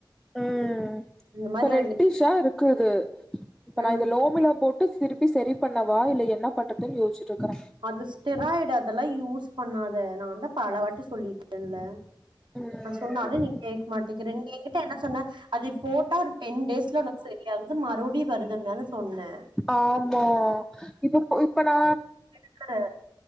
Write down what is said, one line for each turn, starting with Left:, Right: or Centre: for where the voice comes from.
Centre: ம்
Right: இந்த
Centre: இப்ப
Right: மாரி
Centre: ரெட்டிஷா
Right: எனக்கு
Centre: இரு க்குது இது இப்ப
Right: ம்
Centre: நா இத லோமிலா போட்டு திருப்பி செரி பண்ணவா இல்ல என்ன பண்றதுன்னு யோசிச்சிட்டு இக்கற
Right: அது ஸ்டெராய்டு அதெல்லா யூஸ் பண்ணாத நான்தா பல வாட்டி சொல்லிட்டேன்னல்ல
Centre: ம்
Right: நா சொன்னாலு நீ கேட்க மாட்டீக்கிற நீ என்கிட்ட என்ன சொன்ன அது போட்டா டென் டேஸ்ல உனக்கு சரியாகுது மறுவடி வருதுனுதான சொன்ன
Centre: ஆமா இப் இப்ப நா
Right: க்கரா